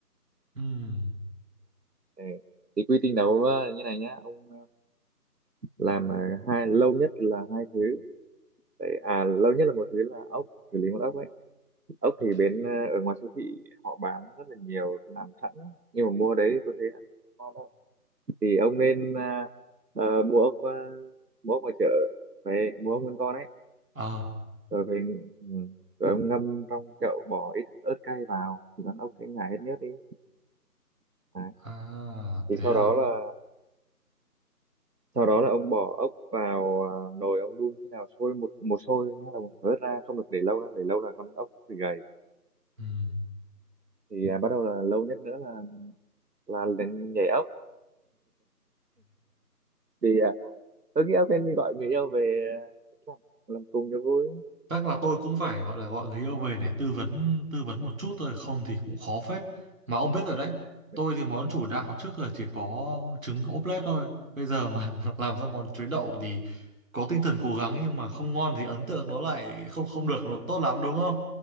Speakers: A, on the right; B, on the right.
A: Ừm,
B: Ừ. Thì quy trình đấu ờ, như này nhá ông ờ, làm ờ, hai lâu nhất là hai thứ đấy à lâu nhất là một thứ là ốc xử lý một ốc ấy ốc
A: ok
B: thì bên ờ, ở ngoài siêu thị họ bán rất là nhiều làm sẵn ấy. nhưng mà mua đấy tôi thấy ăn ngon đâu thì ông nên ờ, ờ, mua ốc ờ, mua ốc ngoài chợ về mua ốc nguyên con ấy
A: à
B: rồi về ừ, rồi ông ngâm trong chậu bỏ ít ớt cay vào thì con ốc sẽ nhả hết nhớt đi đấy.
A: à
B: thì
A: thế
B: sau
A: à
B: đó là sau đó là ông bỏ ốc vào à, nồi ông đun khi nào sôi một một sôi thôi nhá là mình phải vớt ra không được để lâu đâu để lâu là con ốc bị gầy
A: Ừm.
B: thì à, bắt đầu là lâu nhất nữa là là lên nhảy ốc thì à, tôi nghĩ ốc nên đi gọi người yêu về à, làm, làm cùng cho vui
A: chắc là tôi cũng phải gọi là gọi người yêu về để tư vấn tư vấn một chút thôi không thì cũng khó phết mà ông biết rồi đấy
B: <laughs>
A: tôi thì món chủ đạo trước giờ chỉ có trứng ốp lết thôi bây giờ mà <laughs> làm ra món chuối đậu thì có tinh thần cố gắng nhưng mà không ngon thì ấn tượng nó lại không không được nó tốt lắm đúng không